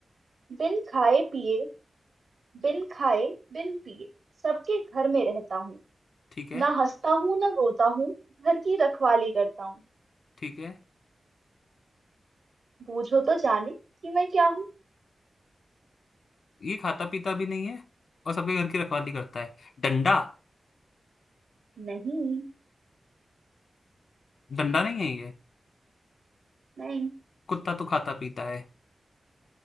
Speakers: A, on the right; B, on the left.
A: बिन खाए पिए बिन खाए बिन पिए सबके घर में रहता हूँ
B: ठीक है
A: ना हंसता हूँ ना रोता हूँ घर की रखवाली करता हूँ
B: ठीक है
A: बूझो तो जाने कि मैं क्या हूँ
B: ये खाता पीता भी नहीं है और सबके घर की रखवाली करता है डंडा
A: नहीं
B: डंडा नहीं है ये
A: नहीं
B: कुत्ता तो खाता पीता है